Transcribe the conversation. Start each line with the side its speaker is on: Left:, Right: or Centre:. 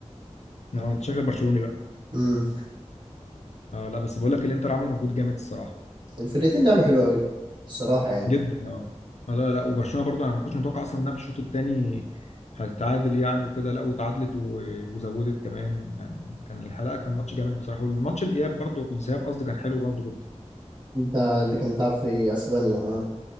Left: اه انت شكلك برشلوني بقى
Right: امم
Left: اه لا بس بقول لك الانتر عمل مجهود جامد الصراحه
Right: الفرقتين لعبوا حلو قوي الصراحه يعني
Left: جدا اه لا لا لا، وبرشلونه برضو انا ما كنتش متوقع اصلا انها في الشوط الثاني هتتعادل يعني وكده لا وتعادلت و- وزودت كمان يعني كان الحلقه كان ماتش جامد بصراحه والماتش الاياب برضو الذهاب قصدي كان حلو برضو جدا
Right: انت اللي كان بتلعب في اسبانيا اه